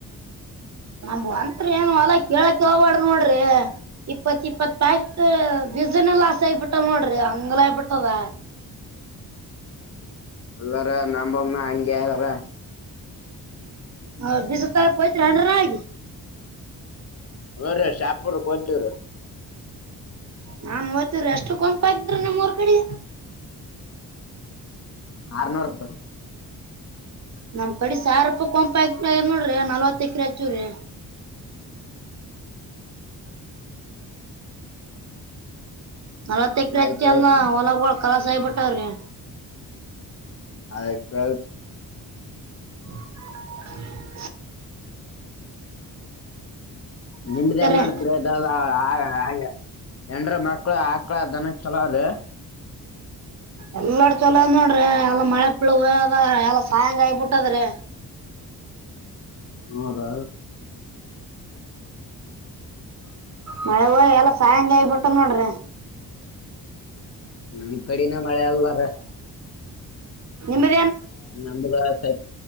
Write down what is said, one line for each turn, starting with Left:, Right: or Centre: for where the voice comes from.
Right: ನಮ ಒಂತ್ರಿ ಏನು ಅಲ್ಲ ಕೇಳಕ್ ಹಬಡ್ರಿ ನೋಡ್ರಿ ಇಪ್ಪತ್ ಇಪ್ಪತ್ ಪ್ಯಾಕೆಟ್ ಬಜನ್ ಲಾಸ್ ಆಗಬಿಟ್ಟ ನೋಡ್ರಿ ಹಂಗಲಬಿಟ್ಟದ
Left: ಎಲ್ಲಾರ ನಂಬಮ್ಮ ಅಂಗಲ್ಲ
Right: ಅವೌ ಬಜ ತಾರಯತ್ರಿ ಹಂಡ್ರ ಆಗಿ
Left: ಹ ರೀ ಶಾಪುರು ಕಂತೀವ್ರ
Right: ನಾನ್ ಹಓ್ತವಿ ಎಷ್ಟು ಕುಂತ ಆಗಿದ್ರಿ ನಿಮ್ ಊರ್ ಕಡೆ
Left: ಆರನೂರು ರಪಾಯಿ
Right: ನಮ್ ಕಡೆ ಸಾವ ರೂಪ ಕಂಪ ಆ ನೋಡ್ರಿ ನಲ್ವತ್ ಎಕ್ರ ಹಚ್ಚವ್ರಿ ನಲ ತೆಕ್ಕ ಹಚ್ಚಿ
Left: ಆಯ್ತಾಯ್ತ್ರಿ
Right: ಅಲ್ಲ ಹೊಲಗ ಕಲಸಾಯಬಟ್ಟವ್ರಿ
Left: ಅ ಎತ್ರ
Right: <unintelligible>
Left: ನಿಮ್ದ
Right: ಬಿಟ್ಟವ್ರಿ
Left: ನ್ ನಡ್ದ್ರ ಹಾಗ ಎನ್ರ ಮಕ್ಳು ಆ ಮಕ್ಕಳ ದನ ಚಲದೆ
Right: ಎಲ್ಲಾರ ಚೊಲೋದ್ ನೋಡ್ರಿ ಎಲ್ಲಾ ಮಳೆ ಪಳದ ಎಲ್ಲ ಸಾಯಂಗ ಆಯಬಿಟ್ಟದ್ರಿ
Left: ಆರ
Right: ಮಳೆ ಹ ಎಲ್ಲ ಸಾಯಂಗ ಆಯಬಿಟ್ಟು ನೋಡ್ರಿ
Left: ಹ್ಮ ಕಡಿನೆ ಮಳೆ ಅಲ್ಲಾರ
Right: ನಿ
Left: ನಮಗ ಸ